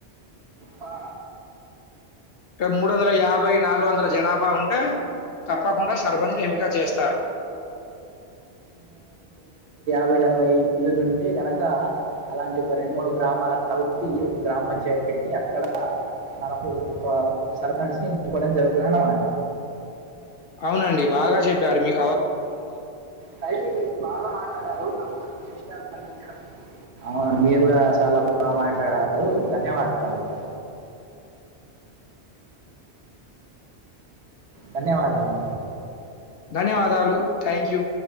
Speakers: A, on the right; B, on the left.
A: ఆ
B: ఇక్కడ మూడు వందల యాభై నాలుగు వందల జనాభా ఉంటే తప్పకుండా సర్పంచ్ ఎంపిక చేస్తారు.
A: ఇరవై అరవై ఇల్లులు ఉంటే గనక అలాంటి ఒక రెండు మూడు గ్రామాలకు కలిపి ఒక గ్రామ పంచాయత్ పెట్టి అక్కడ మనకు ఒక సర్పంచ్ని ఎన్నుకోవడం జరుగుతుందన్నమాట.
B: అవునండి. బాగా చెప్ ప్పారు. మిర్
A: థ్యాంక్యూ మీరు బాగా మాట్లాడారు. నాకు మంచి విషయాలు అందించారు. అవునా మీరు గూడ చాలా బాగా మాట్ లు ధన్యవాదాలిక. ధన్యవాదాలు.
B: ధన్యవాదాలు థ్యాంక్ యూ